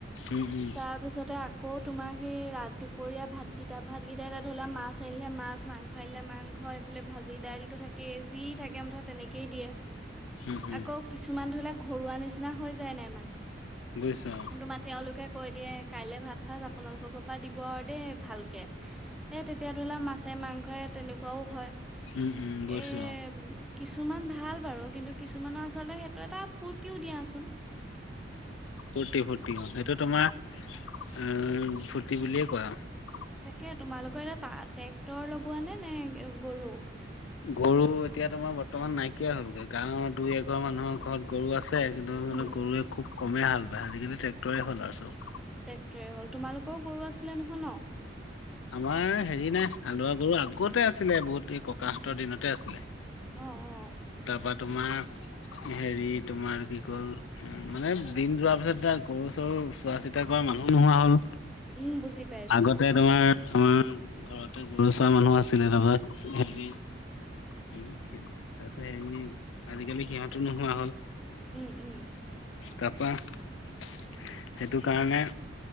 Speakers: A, on the left; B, in the centre.
A: উম উম
B: তাৰপিছতে আকৌ। তোমাক সেই ৰা দুপৰীয়া ভাতকেইটা ভাতকেইটা এটা ধৰিলা মাছ আনিলে মাছ মাংস আনিলে মাংস হয়। ফলে ভাজি দাইলতটো থাকে যি থাকে মুঠাত। তেনেকেই দিয়ে
A: উম উম
B: আকৌ কিছুমান ধৰি লওক ঘৰুৱা নিচিনা হৈ যায় নাই মানুহ
A: বুজিছ
B: কি তোমাৰ তেওঁলোকে কৈ দিয়ে কাইলে ভাত সাজ আপোনালোকৰ ঘ পৰা দিব আৰু দেই ভালকে এ তেতিয়া ধৰি লোৱা মাছে। মাংস তেনেকুৱাও হয়
A: উম উম বৈছো
B: এ কিছুমান ভাল বাৰু কিন্তু কিছুমানৰ আচলতে সেইটো এটা ফূুৰ্তিও দিয়াচোন।
A: ফূৰ্তি ফূৰ্তি অ' সেইটো তোমাৰ উ ফূুৰ্তি বুলিয়ে কয় আৰু
B: তাকে তোমালোকৰ এতিয়া ট্ৰেক্টৰ লগোৱা নে নে গৰু।
A: গৰু এতিয়া তোমাৰ বৰ্তমান নাইকিয়া হ'লগৈ গাঁৱৰ দুই এঘৰ মানুহৰ ঘৰত গৰু আছিল। এ জোনটো জোনটো
B: উম
A: গৰুৱে খুব কমেই হাল বায় আজিকালি ট্ৰেক্টৰে হ'ল আৰু চব।
B: ট্ৰেক্টৰে হ'ল। তোমালোকৰ গৰু আছিলে নহয় ন?
A: আমাৰ হেৰি নাই। হালোৱা গৰু আগতে আছিলে বহুত এই ককাহঁতৰ দিনতে আছিলে।
B: অ, অ।
A: তাৰপা তোমাৰ হেৰি তোমাৰ কি ক'ল, উ মানে দিন যোৱাৰ পিছত এ গৰু চৰু চোৱা চিতা কৰা মানুহ নোহোৱা হ'ল।
B: উম, বুজি পাইছো।
A: আগতে তোমাৰ আমাৰ ঘৰতে গৰুচৰা মানুহ আছিলে। তাৰপা হেৰি তাৰ পিছত হেৰি আজিকালি সিহঁতো নোহোৱা হ'ল।
B: উম, উম।
A: তাৰপা সেইটো কাৰণে